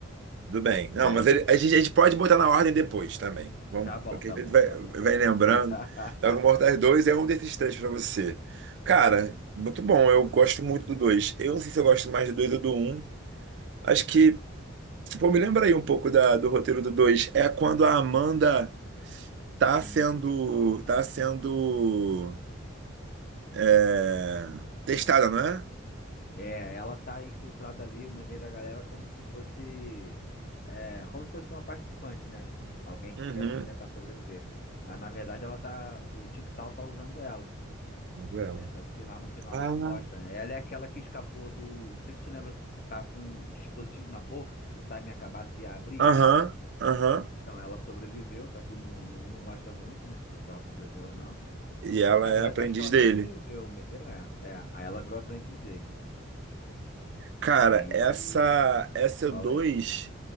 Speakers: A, on the right (about 55°); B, on the left (about 40°).
A: tudo bem. Não,
B: E aí?
A: mas ele- a gente, a gente pode botar na ordem depois também. Vamos,
B: Tá bom,
A: porque
B: tá
A: a gente
B: bom,
A: vai,
B: tá bom.
A: vai lembrando.
B: <laughs>
A: Dragon Ball Mortais 2 é um desses três pra você. Cara, muito bom. Eu gosto muito do dois Eu não sei se eu gosto mais do dois ou do um Acho que, tipo, me lembra aí um pouco da, do roteiro do dois É quando a Amanda tá
B: E
A: sendo. Tá sendo. é, testada, não é?
B: É, ela tá infiltrada ali no meio da galera como se fosse, é, como se fosse uma participante, né? Alguém que
A: Uhum.
B: tivesse que tentar sobreviver. Mas na verdade ela tá, o Jigsaw tá usando ela,
A: Manuela.
B: né? Tanto que lá no final
A: Ah,
B: lá mostra, né? Ela é aquela que escapou do, não sei se tu lembra, tá com um dispositivo na boca que se o timer acabasse ia abrir.
A: Aham,
B: Trá!
A: aham.
B: Então ela sobreviveu, só que o não, não, não mostra muito, né? Se ela sobreviveu ou não.
A: E ela
B: Que na
A: é
B: verdade
A: aprendiz
B: eu acho que ela
A: dele.
B: nem sobreviveu, meteram essa. É, aí ela virou aprendiz dele.
A: Cara,
B: Aí,
A: essa essa
B: fala
A: dois,
B: aí.